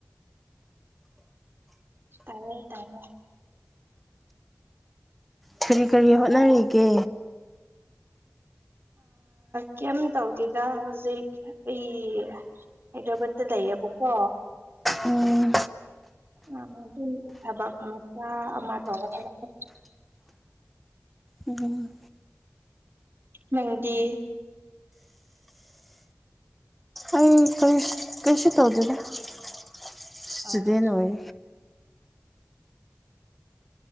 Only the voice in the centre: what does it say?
ꯀꯔꯤ ꯀꯔꯤ ꯍꯣꯠꯅꯔꯤꯒꯦ
ꯎꯝ
ꯎꯝ
ꯑꯩ ꯀꯩꯁꯨ ꯇꯧꯗꯦꯅ ꯏꯁꯇꯨꯗꯦꯟ
ꯑꯣꯏ